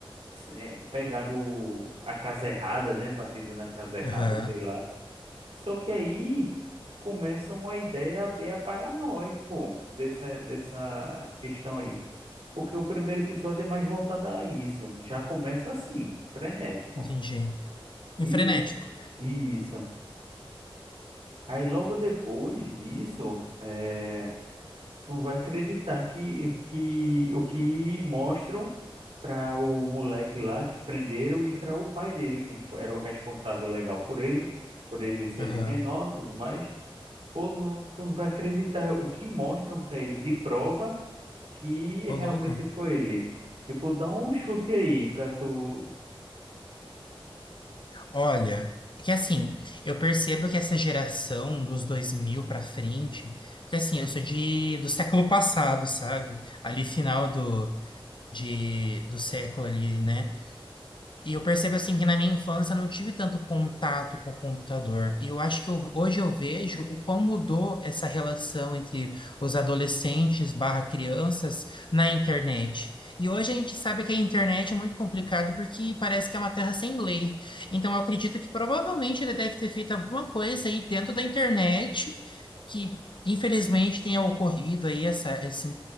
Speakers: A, on the right (about 75°); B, on the left (about 55°).
A: eh, pegado a casa errada, né? Batido na casa errada,
B: aham,
A: sei lá. Só que aí começa uma ideia meio paranoica, pô, dessa, dessa questão aí. Porque o primeiro episódio é mais voltado a isso. Já começa assim, frenético.
B: entendi. E
A: E
B: frenético,
A: isso. Aí logo depois disso, eh, Tu vai acreditar que, que o que mostram para o moleque lá que prenderam e para o pai dele, que fo- era o responsável legal por ele, por ele ser
B: aham,
A: de menor, tudo mais. Pô, não, tu não vai acreditar o que mostram para ele de prova que
B: Ô
A: realmente
B: louco.
A: foi ele. Tipo, dá um chute aí pra tu.
B: Olha, que assim, eu percebo que essa geração dos 2000 pra frente, porque assim, eu sou de, do século passado, sabe? Ali final do, de, do século ali, né? E eu percebo assim que na minha infância eu não tive tanto contato com o computador. E eu acho que eu- hoje eu vejo o como mudou essa relação entre os adolescentes barra crianças na internet. E hoje a gente sabe que a internet é muito complicado porque parece que é uma terra sem lei. Então eu acredito que provavelmente ele deve ter feito alguma coisa aí dentro da internet que infelizmente tenha ocorrido aí essa, esse,